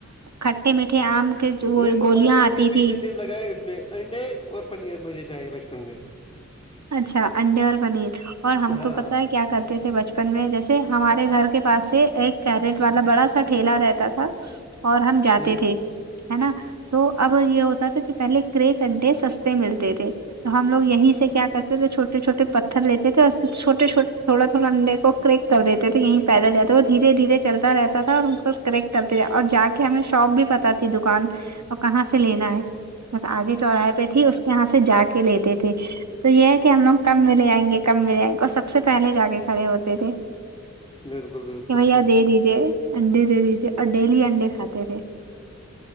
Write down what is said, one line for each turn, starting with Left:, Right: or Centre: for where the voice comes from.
Right: کھٹے میٹھے آم کے جو وہ
Left: میں تو
Right: گولیاں
Left: بچپن
Right: آتی
Left: کے پیچھے
Right: تھی
Left: سف لگایا اس میں انڈے اور پنیر مجھے چاہیے بچپن میں
Right: اچھا انڈے اور پنیر اور ہم
Left: ہاں
Right: تو
Left: ہاں
Right: پتہ ہے کیا کرتے تھے بچپن میں جیسے ہمارے گھر کے پاس سے ایک کیرٹ والا بڑا سا ٹھیلا رہتا تھا اور ہم جاتے
Left: ٹھیک
Right: تھے ہے نا تو اب یہ ہوتا تھا کہ پہلے کرے انڈے سستے ملتے تھے تو ہم لگ یہیں سے کیا کرتے تھے چھوٹے چھٹے پتھر لیتے تھے اس چھوٹے چھٹے تھوڑا تھوڑا انڈے کو کریک کر دیتے تھے یہیں پیدل جاتے وہ دھیرے دھیرے چلتا رہتا تھا اور اس کو کریک کرتے اور جا کے ہمیں شاپ بھی پتا ت دکان اور کہاں سے لینا ہے بس آگے چوراہے پہ تھی اس کے یہاں سے جا کے کے لیتے تھے تو یہ ہے کہ ہم لوگ کم م لے جائیں گے کم مے جائیں گے اور سب سے پہلے جا کے کھڑے ہوتے تھے
Left: بالکل بالکل
Right: کہ بھیا
Left: ٹھیک
Right: دے دیجیے انڈے دے دیجے اور ڈیلی انڈے کھاتے تھے